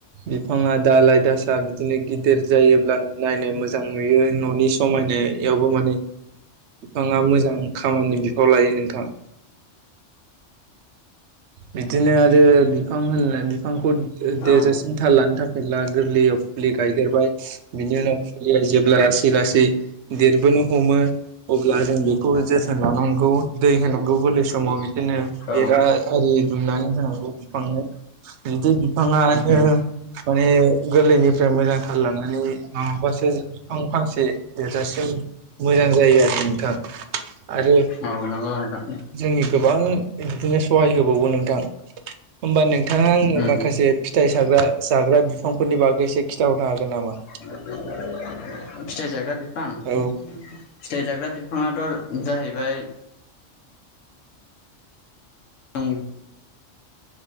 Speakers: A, on the right; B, on the left.
A: बिफाङा दाालइ दासा बिदिनो गिदिर जायोब्ला नायनो मोजां नुयो न'नि समायनायावबो माने बिफाङा मोजां खामानि बिफाव लायो नोंथां। बिदिनो आरो बिफां होनना बिफांखौ देर
B: औ
A: लानो थाखायब्ला गोरलैयाव फुलि गायगेरबाय। बिनि उनाव फुलिया जेब्ला लासै लासै देरबोनो हमो अब्ला जों बेखौ जोथोन लानांगौ दै होनांगौ गोरलै समाव बिदिनो बेरा
B: औ
A: आरि दुमनानै होनांगौ बिफांनो। बिदि बिफाङानो
B: उम
A: माने ओ गोरलैनिफ्राय मोजां थाल लानानै माबाबासो बिफां फांसे देरजासिम मोजां जायो आरो नोंथां आरो
B: औ नंगौ नोंथां
A: जोंनि गोबां बिदिनो सहाय होबावो नोंथां। होमबा नोंथाङा आङो
B: उम
A: माखासे फिथाइ साग्रा जाग्रा बिफांफोरनि बागै एसे खिन्थाहरनो हागोन नामा?
B: <unintelligible> फिथाइ जाग्रा बिफां
A: औ
B: फिथाइ जाग्रा बिफाङाथ' जाहैबाय जों